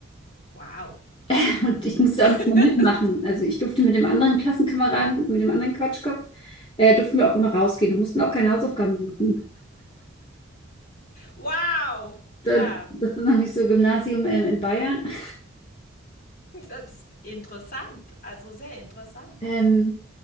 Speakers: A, on the left; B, on the left.
A: Wow.
B: <laughs> und ich musste
A: <laughs>
B: auch nicht mal mitmachen. Also ich durfte mit dem anderen Klassenkameraden, mit dem anderen Quatschkopf, äh, durften wir auch immer rausgehen und mussten auch keine Hausaufgaben machen.
A: Wow. Ja,
B: So, Das ist natürlich so Gymnasium ähm, in Bayern. <laughs>
A: das ist interessant. Also sehr interessant.
B: Ähm,